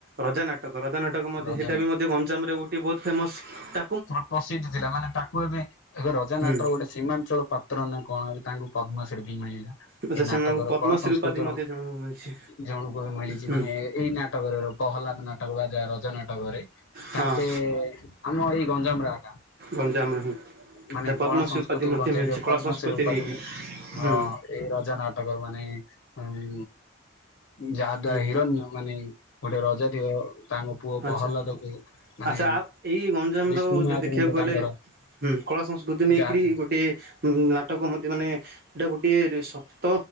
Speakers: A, on the right; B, on the left.
A: ରଜା ନାଟକ। ରଜା ନାଟକ ମଧ୍ୟ
B: ରଜନା
A: ସେଟା ବି ମଧ୍ୟ ଗଞଜାମ ରେ ଗୋଟେ ବହୁତ ଫେମସ ତା
B: ପୁରା ପ୍ରସିଦ୍ଧ ଥିଲା ମାନେ ତାକୁ ଏବେ ଏବେ ରଜାନଟର
A: ହୁଁ
B: ଗୋଟେ ସୀମାଞ୍ଚଳ ପାତ୍ର ନା କଣ ଏବେ ତାଙ୍କୁ ପଦ୍ମ ଶ୍ରୀ ବି ମିଳିଲା।
A: ଆଚ୍ଛା
B: ଏଇ
A: ସେମାନଙ୍କୁ
B: ନାଟକର
A: ପଦ୍ମଶ୍ରୀ
B: କଳା ସଂସ୍କୃତର
A: ଉପାଧି ମଧ୍ୟ ଜଣଙ୍କୁ ମିଳିଛି
B: ଜଣଙ୍କୁ ବି ମିଳିଛି
A: ହୁଁ
B: ମାନେ ଏଇ ନାଟକର। ପ୍ରହ୍ଲାଦ ନାଟକ ବା ଯା ରଯା ନାଟକରେ
A: ହଁ
B: ତାଙ୍କେ। ଆମ ଏଇ ଗଞ୍ଜାମରେ ଆକା।
A: ଗଞ୍ଜାମ
B: ମାନେ
A: ଯେ ପଦ୍ମଶ୍ରୀ
B: କଳା ସଂସ୍କୃତିକୁ
A: ଉପାଧି ମଧ୍ୟ
B: ବଞ୍ଚେଇଥିବା
A: ମିଳିଛି କଳା
B: ପଦ୍ମଶ୍ରୀ
A: ସଂସ୍କୃତି
B: ଉପାଧି
A: ନେଇକି। ହୁଁ
B: ହଁ ଏଇ ରଜା ନାଟକ ମାନେ। ଉଁ ଯାହା ଦ୍ଵାରା
A: ହୁଁ
B: ହିରଣ୍ୟ ମାନେ ଗୋଟେ ରଜା ଥିବ ତାଙ୍କ ପୁଅ
A: ଆଚ୍ଛା।
B: ପ୍ରହଲ୍ଲାଦକୁ ମାନେ।
A: ଆଚ୍ଛା ଆ ଏଇ ଗଞ୍ଜାମର
B: ବିଷ୍ଣୁ
A: ଜୋଉ
B: ମହାପ୍ରଭୁଙ୍କୁ
A: ଦେଖିବାକୁ ଗଲେ।
B: ତାଙ୍କର
A: ହୁଁ କଳା ସଂସ୍କୃତି ନେଇକରି
B: ଯାହା
A: ଗୋଟେ ନାଟକ ମଧ୍ୟ ମାନେ। ଏଇଟା ଗୋଟିଏ ସତ